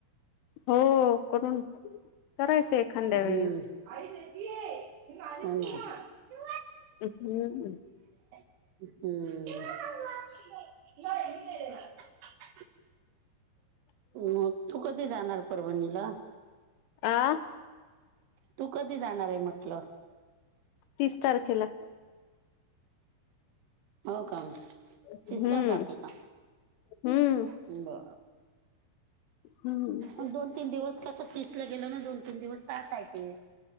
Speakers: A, on the left; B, on the right.
A: हो करून करायचंय एखांद्या
B: हम्म
A: वेळेस
B: <unintelligible>
A: हम्म
B: हम्म मग तू कधी जाणार परभणीला
A: आ
B: तू कधी जाणार आहे म्हटलं
A: तीस तारखेला
B: हो का म
A: हम्म
B: दिसला जाते का
A: हम्म
B: ब
A: हम्म
B: मग दोन तीन दिवस कस तिसला गेलो ना दोन तीन दिवस तातय ते